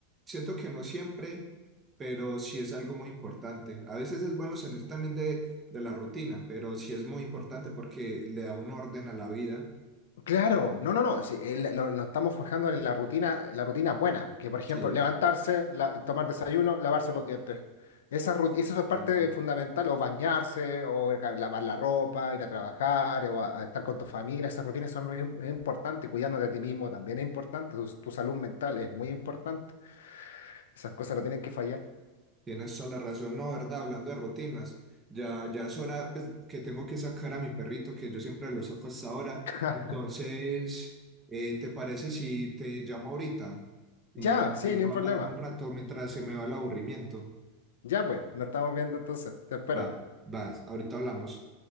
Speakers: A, on the right; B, on the left.
A: siento que no siempre, pero sí es algo muy importante. A veces es bueno salir también de, de la rutina, pero sí es muy importante porque le da un orden a la vida.
B: Claro, no, no, no, sí, el- lo- nos estamos forjando en la rutina, la rutina buena, que por ejemplo,
A: Sí,
B: levantarse, la- tomar desayuno, lavarse los dientes. Esa, rut- esa es parte
A: eso.
B: fundamental, o bañarse, o ca- lavar la ropa, ir a trabajar, o a, a estar con tu familia, esas rutinas son muy im- es importante, cuidándote a ti mismo también es importante, tu, tu salud mental es muy importante, esas cosas no tienen que fallar.
A: Tienes toda la razón, no, ¿verdad? Hablando de rutinas, ya, ya es hora pues, que tengo que sacar a mi perrito, que yo siempre lo saco hasta ahora.
B: <laughs>
A: Entonces, eh, ¿te parece si te llamo ahorita y
B: Ya, sí,
A: seguimos
B: ni un problema.
A: hablando un rato mientras se me va el aburrimiento?
B: Ya pues, nos estamos viendo entonces, te espero.
A: Va, vas, ahorita hablamos.